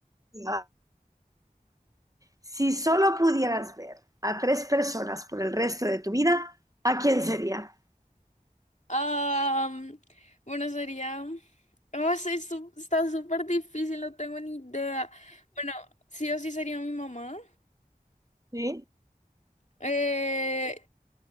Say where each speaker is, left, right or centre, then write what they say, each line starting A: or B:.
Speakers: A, on the right; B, on the left.
A: Venga, va. Si solo pudieras ver a tres personas por el resto de tu vida, ¿a quién sería?
B: Am, bueno, sería... Oh, sí, su- está súper difícil, no tengo ni idea. Bueno, sí o sí sería mi mamá.
A: ¿Sí?
B: Eh,